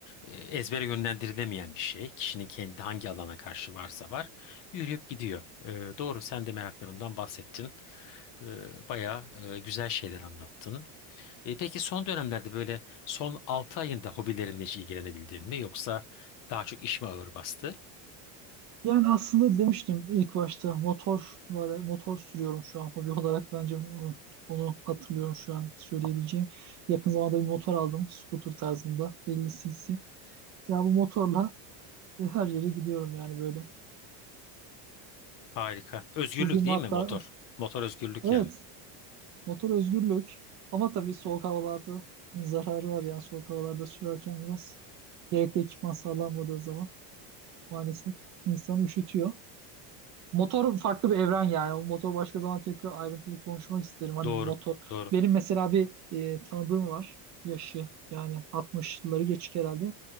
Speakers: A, on the left; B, on the right.
A: e, ezbere yönlendirilemeyen bir şey. Kişinin kendi hangi alana karşı varsa var, yürüyüp gidiyor. E, doğru, sen de meraklarından bahsettin. E, bayağı e, güzel şeyler anlattın. E, peki son dönemlerde böyle son 6 ayında hobilerinle hiç ilgilenebildin mi? Yoksa daha çok iş mi ağır bastı?
B: Yani aslında demiştim ilk başta motorla motor sürüyorum şu an hobi <laughs> olarak bence onu onu hatırlıyorum şu an söyleyebileceğim. Yakın zamanda bir motor aldım scooter tarzında 50 cc. Ya bu motorla Ve Her yere gidiyorum yani böyle.
A: Harika. Özgürlük
B: Bugün
A: değil
B: hatta
A: mi motor? Motor özgürlük
B: evet
A: yani.
B: motor özgürlük ama tabii soğuk havalarda zararı var yani soğuk havalarda sürerken biraz gerekli ekipman sağlanmadığı zaman maalesef insanı üşütüyor. Motor farklı bir evren yani. O motor başka zaman tekrar ayrıntılı konuşmak isterim. Hani
A: Doğru.
B: motor
A: Doğru.
B: benim mesela bir e, tanıdığım var yaşı yani 60'ları geçik herhalde.